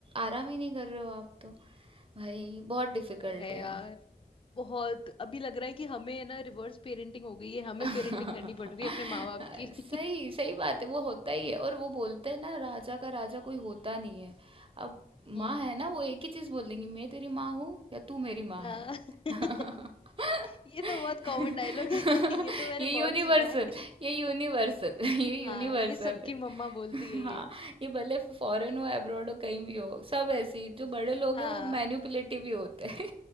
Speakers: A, on the right; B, on the left.
A: आराम ही नहीं कर रहे हो आप तो। भाई बहुत
B: वो
A: डिफिकल्ट
B: तो है
A: है।
B: यार बहुत अभी लग रहा है कि हमें है ना रिवर्स पेरेंटिंग हो गई है हमें
A: <laughs>
B: पेरेंटिंग करनी पड़ रही है अपने माँ बाप की <laughs>
A: सही सही बात है वो होता ही है और वो बोलते हैं ना राजा का राजा कोई होता नहीं है अब
B: हम्म
A: माँ है ना वो एक ही चीज बोल देंगी मैं तेरी माँ हूँ या तू मेरी माँ
B: हाँ
A: है
B: <laughs>
A: <laughs>
B: ये तो बहुत कॉमन डायलॉग है <laughs> ये तो मैंने
A: ये यूनिवर्सल
B: बहुत सुना है
A: ये यूनिवर्सल <laughs> ये यूनिवर्सल
B: हाँ ये सबकी
A: है
B: मम्मा बोलती
A: <laughs>
B: है
A: हाँ
B: ये
A: ये भले फॉरेन हो अब्रॉड हो कहीं भी हो सब ऐसे ही जो बड़े लोग
B: हाँ
A: हैं वो मैन्युपुलेटिव ही होते हैं